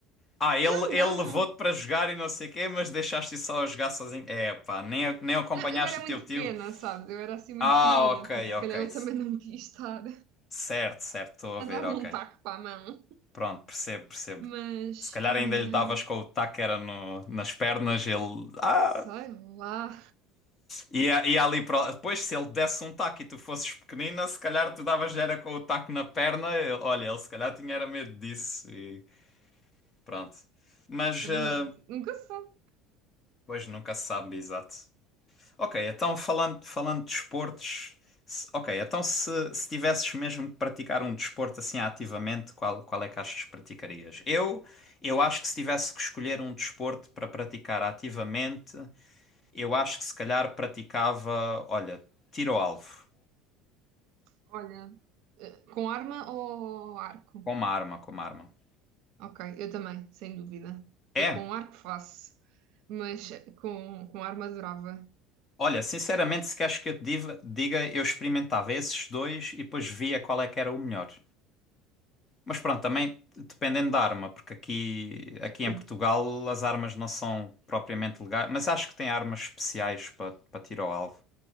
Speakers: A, on the left; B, on the right.
A: Ah, ele,
B: Eu
A: ele
B: não.
A: levou-te para jogar e não sei o quê, mas deixaste só a jogar sozinho. É, pá, nem, nem acompanhaste
B: Não, eu era
A: o
B: muito
A: teu tio.
B: pequena, sabes? Eu era assim muito
A: Ah,
B: pequenina,
A: ok,
B: portanto, se
A: ok.
B: calhar ele
A: S-
B: também não quis estar.
A: Certo, certo, estou a
B: a
A: ver,
B: dar-me
A: ok.
B: um taco para a mão.
A: Pronto, percebo, percebo.
B: Mas,
A: Se calhar
B: ai
A: ainda
B: não,
A: lhe davas com o taco era no, nas pernas, ele. Ah,
B: sei lá.
A: E, a- e ali para depois, se ele desse um taco e tu fosses pequenina, se calhar tu davas era com o taco na perna. Ele- Olha, ele se calhar tinha era medo disso e pronto. Mas,
B: É
A: eh,
B: verdade, nunca se sabe.
A: pois nunca se sabe, exato. Ok, então falando, falando de desportos, se- ok, então se, se tivesses mesmo que praticar um desporto assim ativamente, qual, qual é que achas que praticarias? Eu, eu acho que se tivesse que escolher um desporto para praticar ativamente, eu acho que se calhar praticava, olha, tiro ao alvo.
B: Olha, eh, com arma ou arco?
A: Como arma, como arma.
B: Ok, eu também, sem dúvida.
A: É,
B: Eu com arco faço, mas com, com arma adorava.
A: olha, sinceramente, se queres que eu te diva- diga, eu experimentava esses dois e depois via qual é que era o melhor. Mas pronto, também dependendo da arma, porque aqui, aqui em
B: Sim,
A: Portugal as armas não são propriamente legais, mas acho que tem armas especiais para para tiro ao alvo,